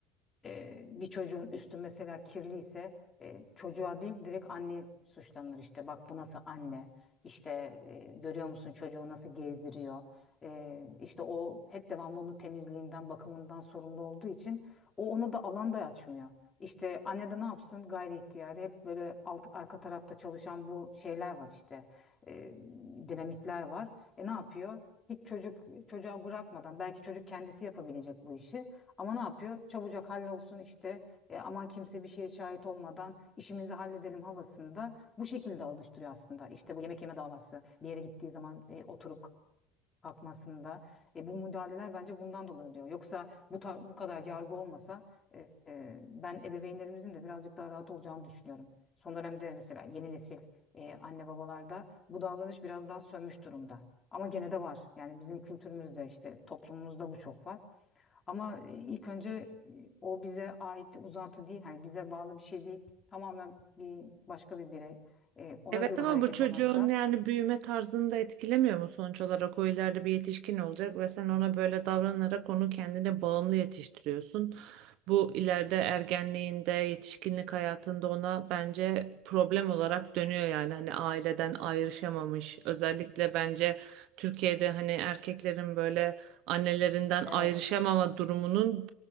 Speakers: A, on the left; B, on the right.
A: Ee, bir çocuğun üstü mesela kirliyse e, çocuğa değil direkt anne suçlanır işte bak bu nasıl anne işte e, görüyor musun çocuğu nasıl gezdiriyor Ee, işte o hep devamlı onun temizliğinden bakımından sorumlu olduğu için o ona da alan da açmıyor. İşte anne de ne yapsın gayri ihtiyari hep böyle alt, arka tarafta çalışan bu şeyler var işte e, dinamikler var. E ne yapıyor? Hiç çocuk çocuğa bırakmadan belki çocuk kendisi yapabilecek bu işi. Ama ne yapıyor? Çabucak hallolsun işte e, aman kimse bir şeye şahit olmadan işimizi halledelim havasında bu şekilde alıştırıyor aslında. İşte bu yemek yeme davası bir yere gittiği zaman e, oturup kalkmasında e, bu müdahaleler bence bundan dolayı oluyor. Yoksa bu, ta- bu kadar yargı olmasa e, e, ben ebeveynlerimizin de birazcık daha rahat olacağını düşünüyorum. Son dönemde mesela yeni nesil e, anne babalarda bu davranış biraz daha sönmüş durumda. Ama gene de var. Yani bizim kültürümüzde işte toplumumuzda bu çok var. Ama e, ilk önce e, o bize ait bir uzantı değil, hani bize bağlı bir şey değil. Tamamen bir başka bir birey. E, ona
B: Evet
A: göre
B: ama
A: hareket
B: bu çocuğun
A: alınsa.
B: yani büyüme tarzını da etkilemiyor mu sonuç olarak? O ileride bir yetişkin olacak ve sen ona böyle davranarak onu kendine bağımlı yetiştiriyorsun. Bu ileride ergenliğinde, yetişkinlik hayatında ona bence problem olarak dönüyor yani hani aileden ayrışamamış. Özellikle bence Türkiye'de hani erkeklerin böyle annelerinden
A: Evet.
B: ayrışamama durumunun